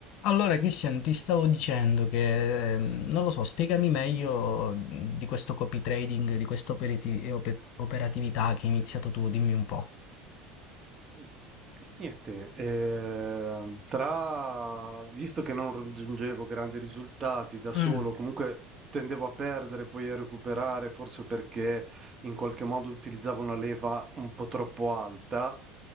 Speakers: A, on the left; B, on the right.
A: Allora, Christian, ti stavo dicendo che, ehm, non lo so, spiegami meglio mh, di questo copy trading, di questa operati- e ope- operatività che hai iniziato tu, dimmi un po'.
B: Mh. Niente, ehm, tra, visto che non raggiungevo grandi risultati da solo,
A: Mm,
B: comunque tendevo a perdere, poi a recuperare, forse perché in qualche modo utilizzavo una leva un po' troppo alta,